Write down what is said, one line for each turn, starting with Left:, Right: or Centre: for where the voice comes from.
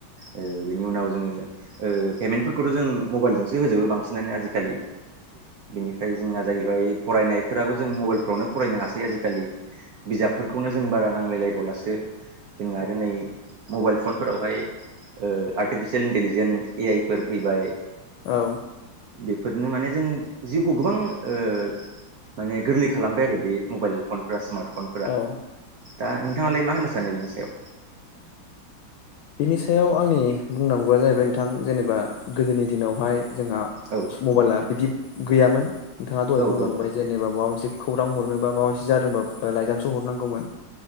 Right: ओ बेनि उनाव जोङो ओ पेमेन्टफोरखौथ' जों मबाइल जोंसो होजोबो बांसिनानो आजि खालि बिनि ओमफ्राय जोंना जाहैबाय फरायनायफोराबो जों मबाइलफ्रावनो फरायनो हासै आजिखालि बिजाबफोरखौनो जों बारा नांलायलायबोलासो जोङो आरो नै मबाइल फनफोरावहाय ओ आर्टिफिसियेल इन्टेलिजेन ए आइ फोर फैबाय
Left: औ
Right: बेफोरनो माने जों जिउखौ गोबां ओ माने गोरलै खालामबाय आरो बे मबाइल फनफोरा स्मार्ट फन
Left: औ
Right: दा नोंथाङालाय मा होननो सानो बिनि सायाव?
Left: बिनि सायाव आंनि बुंनांगौआ जाहैबाय नोंथां जेनेबा गोदोनि दिनावहाय जोंहा
Right: औ
Left: मबाइला बिदि गैयामोन नोंथाङा दहाय
Right: औ
Left: बुंलांबाय
Right: औ
Left: जेनेबा माबा मोनसे खौरां हरनोबा माबा मोनसे जादोंबा लाइजामसो हरनांगौमोन